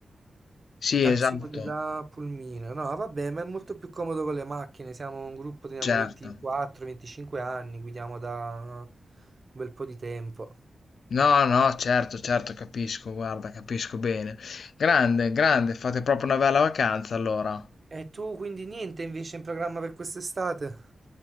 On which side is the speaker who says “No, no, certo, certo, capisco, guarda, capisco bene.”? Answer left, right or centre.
Left